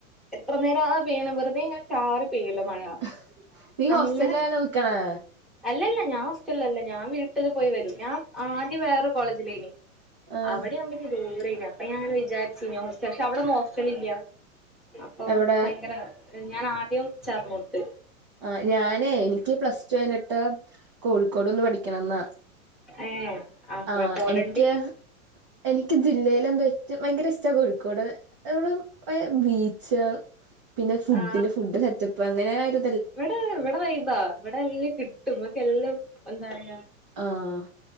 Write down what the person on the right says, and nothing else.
ഹ് നീ ഹോസ്റ്റലാണോ
നിക്കണേ?
ആഹ്
എവിടെ
ആഹ് ഞാനേ എനിക്ക് പ്ലസ്ടു കഴ്ഞ്ഞിട്ട് കോഴിക്കോട്വന്ന് പഠിക്കണംന്നാ
ആഹ്
എനിക്ക് എനിക്ക് ജില്ലേലെന്തൊറ്റു ഭയങ്കര ഇഷ്റ്റ കോഴിക്കോട് <unintelligible> ബീച്ച് പിന്നെ ഫുഡിന്
ഫുഡ്. സെറ്റപ്പ് അങ്ങനെരു
ആഹ്